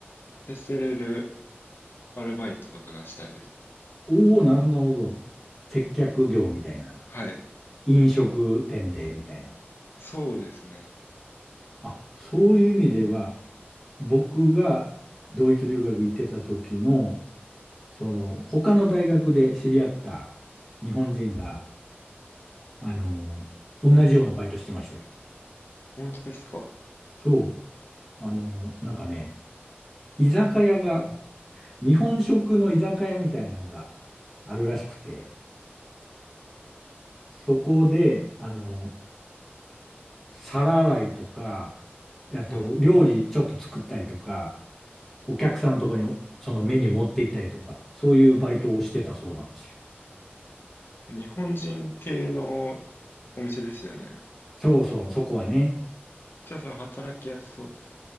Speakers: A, on the left; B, in the centre.
A: 接せれるアルバイトとかがしたいです。
B: おお、なるほど、なるほど。接客業みたいな。
A: はい。
B: 飲食店でみたいな。
A: そうですね。
B: あ、そういう意味では、僕がドイツ留学行ってた時の、その、他の大学で知り合った日本人が、あの、同じようなバイトしてましたよ。
A: 本当ですか
B: そう。あの、なんかね、居酒屋が、日本食の居酒屋みたいなのがあるらしくて、そこで、あの、皿洗いとか、あと、
A: はい。
B: 料理ちょっと作ったりとか、お客さんのとこにそのメニュー持って行ったりとか、
A: はい。
B: そういうバイトをしてたそうなんですよ。
A: 日本人系のお店ですよね。
B: そうそう、そこはね。
A: じゃあ、それ働きやすそうです。